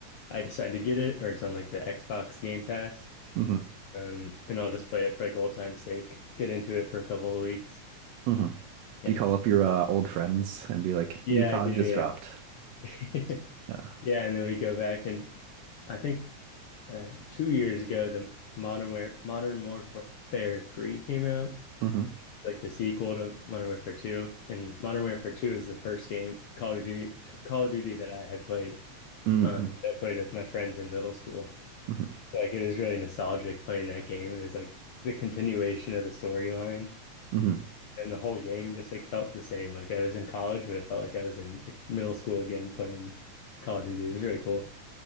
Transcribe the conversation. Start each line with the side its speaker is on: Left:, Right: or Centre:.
Left: I decide to get it or it's on like the Xbox Game Pass.
Right: hmm
Left: Um, and I'll just play it for like old time's sake, get into it for a couple of weeks.
Right: hmm
Left: Yeah.
Right: Do you call up your uh, old friends and be like,
Left: Yeah,
Right: "New COD
Left: I do, yeah.
Right: just dropped"?
Left: <laughs>
Right: Uh,
Left: Yeah, and then we go back and I think uh, two years ago the Modern War Modern Warfare 3 came out.
Right: hmm
Left: It's like the sequel to Modern Warfare 2 and Modern Warfare 2 is the first game Call of Duty Call of Duty that I had played
Right: hmm
Left: um, that I played with my friends in middle school.
Right: hmm
Left: Like it was really nostalgic playing that game, and it was like the continuation of the storyline,
Right: hmm
Left: and the whole game just like felt the same. Like I was in college, but it felt like I was in like middle school again playing Call of Duty. It was really cool.